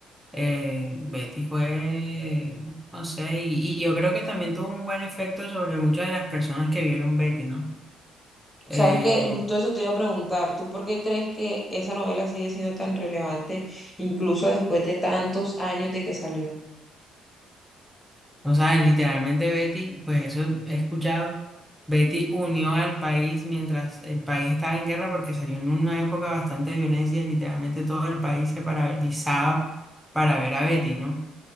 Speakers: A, in the centre; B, on the left.
A: Eh, Betty fue, no sé, y, y yo creo que también tuvo un buen efecto sobre muchas de las personas que vieron Betty, ¿no?
B: Sabes
A: Eh,
B: que justo eso te iba a preguntar, ¿tú por qué crees que esa novela sigue siendo tan relevante incluso después de tantos años de que salió?
A: o sea, literalmente Betty, pues eso he escuchado, Betty unió al país mientras el país estaba en guerra porque salió en una época bastante de violencia y literalmente todo el país se paralizaba para ver a Betty, ¿no?